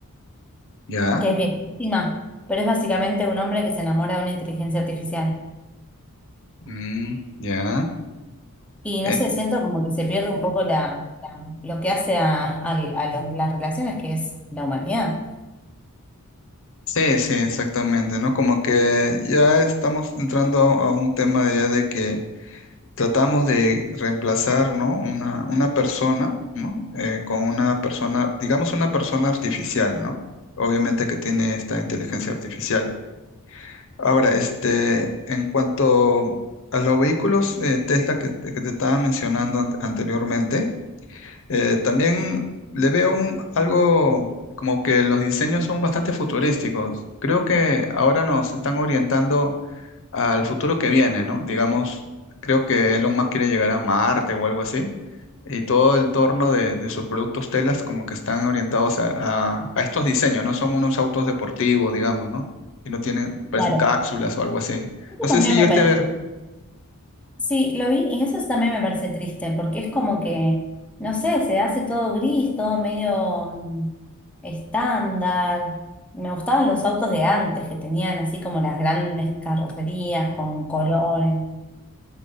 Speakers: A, on the left; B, in the centre.
A: ¿Ya?
B: que es viejísima, pero es básicamente un hombre que se enamora de una inteligencia artificial.
A: Mm, ¿ya?
B: Y
A: Eh,
B: no sé, siento como que se pierde un poco la, la- lo que hace a, al- a los- las relaciones, que es la humanidad.
A: Sí, sí, exactamente, ¿no? Como que ya estamos entrando a, a un tema de ya de que tratamos de reemplazar, ¿no? Una, una persona, ¿no? Eh, con una persona, digamos una persona artificial, ¿no? Obviamente que tiene esta inteligencia artificial. Ahora, este, en cuanto a los vehículos eh, Tesla que, te que te estaba mencionando an- anteriormente, eh, también le veo un, algo como que los diseños son bastante futurísticos. Creo que ahora nos están orientando al futuro que viene, ¿no? Digamos, creo que Elon Musk quiere llegar a Marte o algo así. Y todo el torno de, de sus productos telas como que están orientados a, a- a estos diseños, ¿no? Son unos autos deportivos, digamos, ¿no? Y no tienen, parecen
B: Claro,
A: cápsulas o algo así.
B: eso
A: No sé
B: también
A: si llegaste
B: me parece.
A: a ver.
B: Sí, lo vi y eso también me parece triste, porque es como que, no sé, se hace todo gris, todo medio mm, estándar. Me gustaban los autos de antes, que tenían así como las grandes carrocerías con colores.